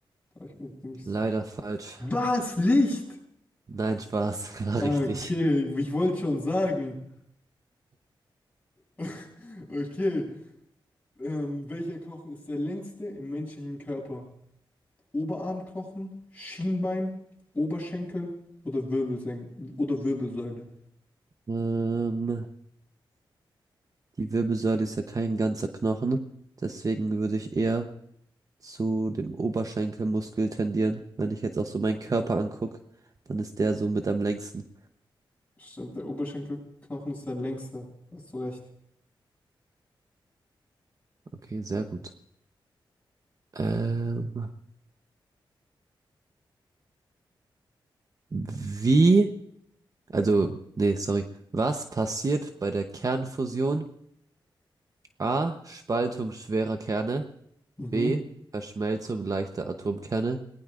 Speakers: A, on the left (about 15°); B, on the right (about 40°).
A: Da hab ich mir ziemlich...
B: Leider falsch.
A: Was? Licht?
B: Nein, Spaß, <laughs> war
A: Ah,
B: richtig.
A: Okay, ich wollte schon sagen. <laughs> Okay. Ähm, welcher Knochen ist der längste im menschlichen Körper? Oberarmknochen, Schienbein, Oberschenkel oder Wirbelsen oder Wirbelsäule?
B: Ähm, die Wirbelsäule ist ja kein ganzer Knochen, deswegen würde ich eher zu dem Oberschenkelmuskel tendieren. Wenn ich jetzt auch so meinen Körper angucke, dann ist der so mit am längsten.
A: Stimmt, der Oberschenkelknochen ist der längste. Da hast du recht.
B: Okay, sehr gut. Ähm, wie Also, nee, sorry. Was passiert bei der Kernfusion? A. Spaltung schwerer Kerne.
A: Mhm.
B: B. Verschmelzung leichter Atomkerne.